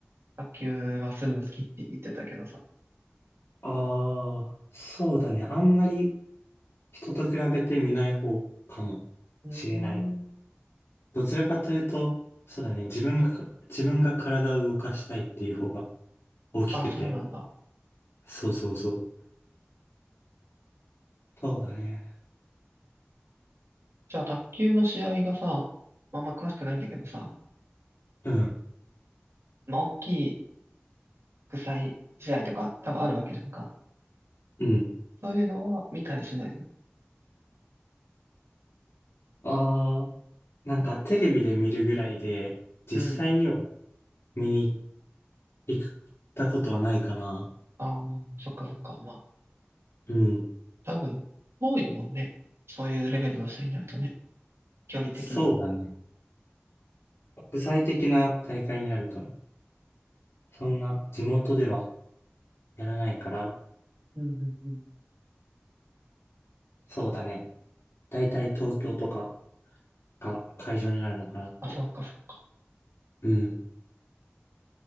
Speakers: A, on the right (about 80°); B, on the left (about 75°).
A: 卓球はするの好きって言ってたけどさ。
B: ああ、そうだね。あんまり人と比べてみない方かもしれない。
A: うーん。
B: どちらかというと、そうだね。自分がか、自分が体を動かしたいっていう方が大きくて。
A: あ、そうなんだ。
B: そうそうそう。そうだね。
A: じゃあ、卓球の試合がさ、まあ、あんま詳しくないんだけどさ、
B: うん。
A: まあ、大き国際試合とか多分あるわけじゃんか。
B: うん。
A: そういうのは見たりしないの
B: ああ、なんかテレビで見るぐらいで、実際には
A: うん。
B: 見に行ったことはないかな。
A: ああ、そっかそっか。まあ、
B: うん。
A: 多分、多いもんね。そういうレベルの試合になるとね、距離的にも。
B: そうだね。国際的な大会になると、そんな地元ではやらないから、
A: うんうんうん。
B: そうだね。だいたい東京とかが会場になるのかなって。
A: あ、そうかそうか。
B: うん。